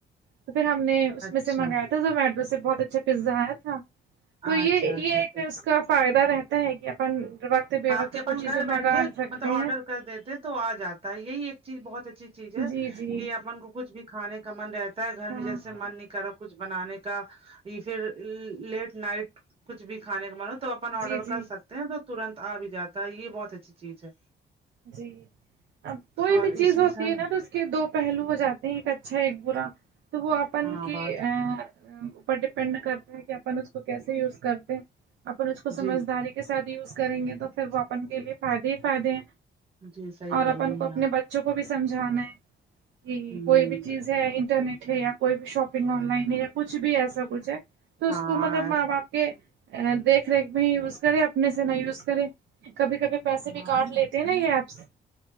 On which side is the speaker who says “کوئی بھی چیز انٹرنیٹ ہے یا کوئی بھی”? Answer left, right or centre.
Right